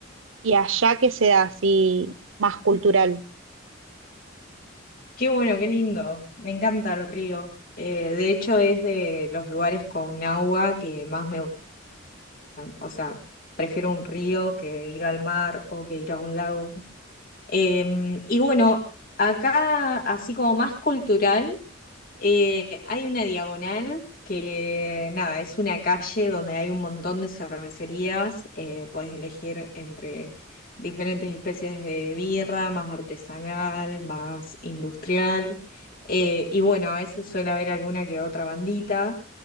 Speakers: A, on the right (about 75°); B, on the left (about 45°).
A: Y allá que sea así más cultural.
B: Qué bueno, qué lindo. Me encanta el río. Eh, de hecho, es de los lugares con agua que más me... O sea, prefiero un río que ir al mar o que ir a un lago. Eh, y bueno, acá, así como más cultural. Eh, hay una diagonal que, nada, es una calle donde hay un montón de cervecerías. eh, puedes elegir entre diferentes especies de birra, más artesanal, más industrial. eh, y bueno, a veces suele haber alguna que otra bandita.